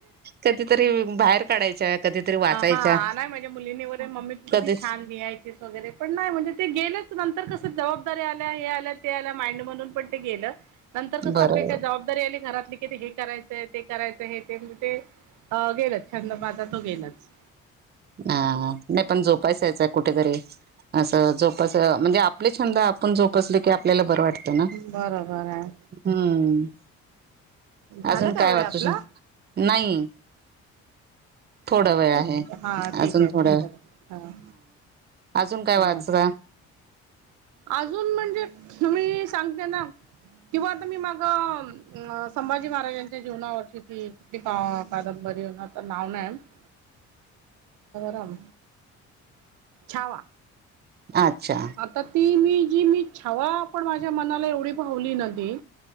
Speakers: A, on the right; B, on the right.
A: कधीतरी बाहेर काढायच्या कधीतरी वाचायच्या
B: हा माझ्या मुलीनी बोले मम्मी तू
A: कधीच
B: छान लिहायचीच वगैरे. पण नाही म्हणजे. ते गेलंच, नंतर कस जबाबदारी आल्या, हे आल्या ते आल्या, माइंड मधून पण ते गेलं. नंतर कसं
A: बरोबर
B: आपली काय जबाबदारी आली घरातली की, ते हे करायचंय, ते करायचं हे, ते म्हणजे ते अ गेलच, छंद माझा तो गेलाच.
A: हा नाही पण जोपासायचं कुठेतरी असं जोपास अ म्हणजे आपले छंद आपण जोपसले की, आपल्याला बरं वाट त ना,
B: बरोबर आहे.
A: हम्म. अजून
B: झालं का
A: काय
B: वेळ
A: वाचू
B: आपला?
A: श नाही थोडा
B: हा.
A: वेळ आहे
B: हा ठीक
A: अजून
B: हाय.
A: थोडा
B: ठीक हाय हा.
A: अजून काय वाचता
B: न अजून म्हणजे तुम्ही सांगते ना किंवा आता मी माग अ संभाजी महाराजांच्या जीवनावरची ती का आ कादंबरी तरी होना, आता नाव नाही. राम राम छावा.
A: अच्छा
B: आता ती मी जी मी छावा पण, माझ्या मनाला एवढी भावली ना ती